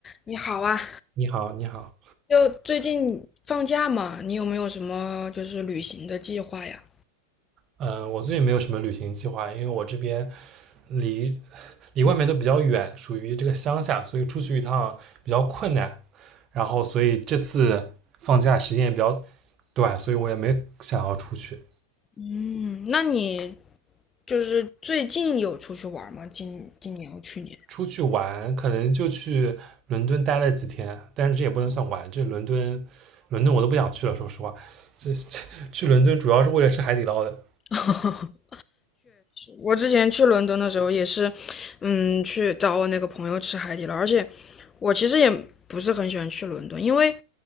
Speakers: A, on the left (about 20°); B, on the right (about 30°).
A: 你好啊，
B: 你好，你好，
A: 就最近放假嘛，你有没有什么就是旅行的计划呀？
B: 嗯，我最近没有什么旅行计划，因为我这边离离外面都比较远，属于这个乡下，所以出去一趟比较困难。然后，所以这次放假时间也比较短，所以我也没想要出去。
A: 嗯，那你就是最近有出去玩吗？今今年或去年？
B: 出去玩可能就去伦敦待了几天，但是这也不能算玩，这伦敦，伦敦我都不想去了，说实话。这 <laughs> 去伦敦主要是为了吃海底捞的。
A: <laughs> 我之前去伦敦的时候也是，嗯，去找我那个朋友吃海底捞，而且我其实也不是很喜欢去伦敦，因为